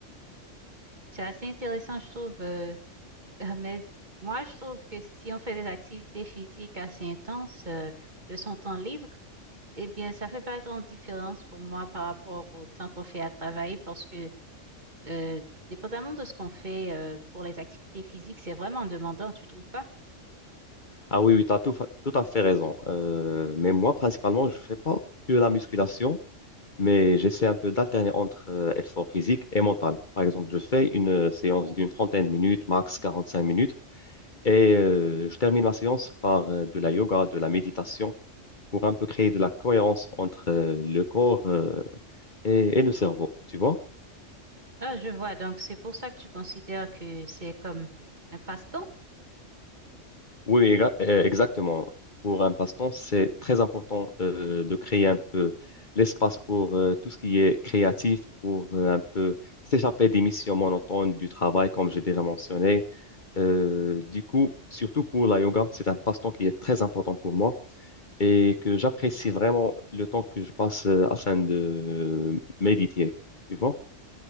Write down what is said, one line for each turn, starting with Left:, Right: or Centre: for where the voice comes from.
Right: C'est assez intéressant, je trouve. euh, <laughs> euh, mais moi, je trouve que si on fait des activités physiques assez intenses euh, de son temps libre, eh bien, ça fait pas grande différence pour moi par rapport au temps qu'on fait à travailler parce que Euh, dépendamment de ce qu'on fait euh, pour les activités physiques, c'est vraiment demandant, tu trouves pas?
Left: Ah oui, oui, tu as tout, fa- tout à fait raison. Euh, mais moi, principalement, je fais pas que la musculation, mais j'essaie un peu d'alterner entre euh, effort physique et mental. Par exemple, je fais une euh, séance d'une trentaine de minutes, max 45 minutes, et euh, je termine ma séance par euh, de la yoga, de la méditation, pour un peu créer de la cohérence entre euh, le corps euh, et, et le cerveau, tu vois?
Right: Ah, je vois. Donc, c'est pour ça que tu considères que c'est comme un passe-temps?
Left: Oui, exa- euh, exactement. Pour un passe-temps, c'est très important euh, de créer un peu l'espace pour euh, tout ce qui est créatif, pour euh, un peu s'échapper des missions monotones du travail, comme j'ai déjà mentionné. Euh, du coup, surtout pour la yoga, c'est un passe-temps qui est très important pour moi et que j'apprécie vraiment le temps que je passe euh, afin de euh, méditer, tu vois?